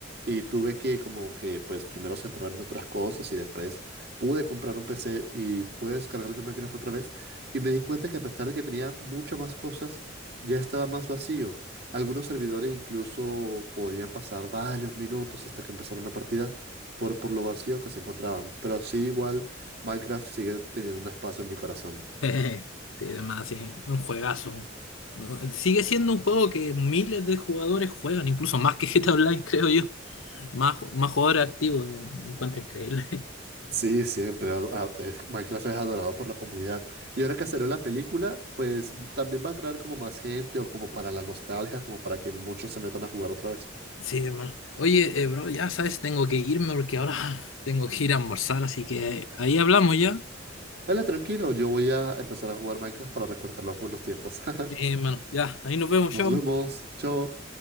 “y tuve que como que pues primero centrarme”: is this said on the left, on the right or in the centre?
Right